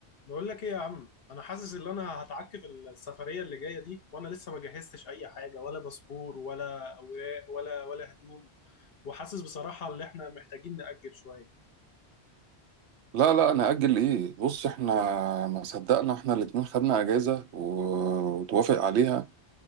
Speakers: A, on the left; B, on the right.
A: بقول لك ايه يا عم انا حاسس ان انا هتعكف السفريه اللي جايه دي وانا لسه ما جهزتش اي حاجه ولا باسبور ولا اوراق ولا ولا هدوم وحاسس بصراحه ان احنا محتاجين نأجل شويه
B: لا لا انا اجل ايه بص احنا ما صدقنا احنا الاتنين خدنا اجازة و- وتوافق عليها